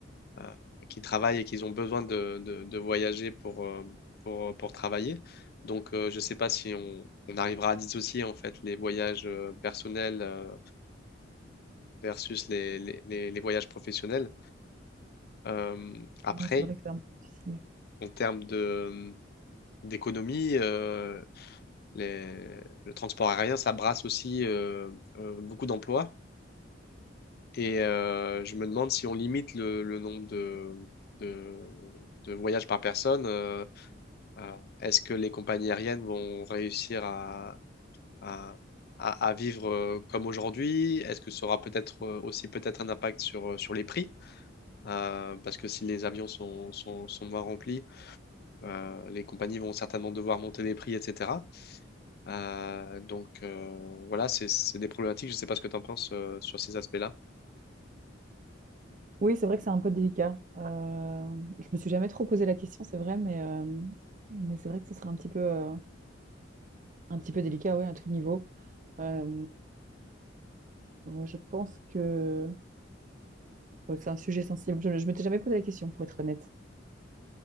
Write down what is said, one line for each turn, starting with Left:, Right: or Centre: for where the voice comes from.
Left: euh, qui travaillent et qui ont besoin de, de, de voyager pour, euh, pour, pour travailler. Donc, euh, je sais pas si on, on arrivera à dissocier en fait les voyages euh, personnels euh, versus les, les, les, les voyages professionnels. Euh, après,
Right: Ouais, c'est vrai que c'est un peu difficile.
Left: en termes de, d'économie, euh, les- le transport aérien, ça brasse aussi euh, euh, beaucoup d'emplois. Et euh, je me demande si on limite le, le nombre de, de, de voyages par personne, euh, euh, est-ce que les compagnies aériennes vont réussir à, à, à- à vivre euh, comme aujourd'hui? Est-ce que ça aura peut-être euh, aussi peut-être un impact sur, euh, sur les prix? Euh, parce que si les avions sont, sont, sont moins remplis, euh, les compagnies vont certainement devoir monter les prix, etc. Euh, donc euh, voilà, c'est c'est des problématiques. Je ne sais pas ce que tu en penses euh, sur ces aspects-là.
Right: Oui, c'est vrai que c'est un peu délicat. Euh, je me suis jamais trop posé la question, c'est vrai, mais, euh, mais c'est vrai que ce serait un petit peu, euh, un petit peu délicat, ouais, à tout niveau. Euh, ouais, je pense que bon, c'est un sujet sensible. Je ne m'étais jamais posé la question, pour être honnête.